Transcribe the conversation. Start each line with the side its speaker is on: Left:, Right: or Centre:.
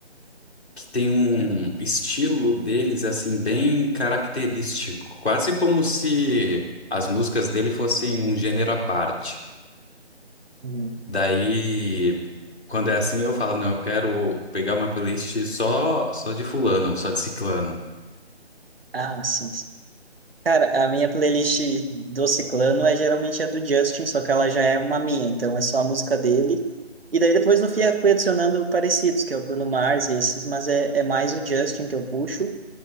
Left: que tem um
Right: Uhum.
Left: estilo deles assim bem característico, quase como se as músicas dele fossem um gênero à parte.
Right: Uhum.
Left: Daí, quando é assim, eu falo, não, eu quero pegar uma playlist só só de fulano, só de ciclano.
Right: Ah, sim, Cara, a minha playlist do Ciclano é geralmente a do Justin, só que ela já é uma minha, então é só a música dele. E daí depois no fim eu fui adicionando parecidos, que é o Bruno Mars e esses, mas é, é mais o Justin que eu puxo.